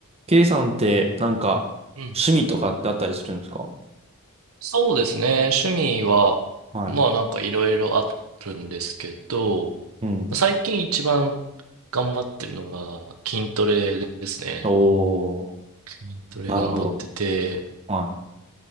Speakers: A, on the right (about 30°); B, on the right (about 75°).
A: K さんってなんか趣味とかってあったりするんですか
B: うん。そうですね。趣味は、
A: はい。
B: まあなんかいろいろあるんですけど、
A: うん。
B: 最近一番頑張ってるのが筋トレですね。
A: おー、
B: 筋トレ頑張ってて、
A: なるほど。はい